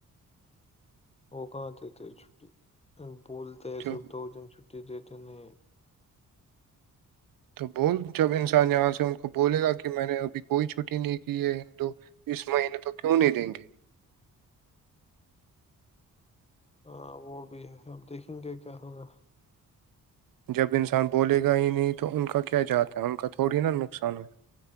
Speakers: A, on the left; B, on the right.
A: وہ کہاں دیتے چھٹی بولتے
B: کیوں
A: صرف دو دن چھٹی دیتے انہیں
B: تو بول جب انسان یہاں سے ان کو بولے گا کہ میں نے ابھی کوئی چھٹی نہیں کی ہے ہند اس مہینے تو کیوں نہیں دیں گے
A: ہاں وہ بھی ہے اب دیکھیں گے کیا ہوگا
B: جب انسان بولے گا ہی نہیں تو ان کا کیا جاتا ہے ان کا تھوڑی نا نقصان ہے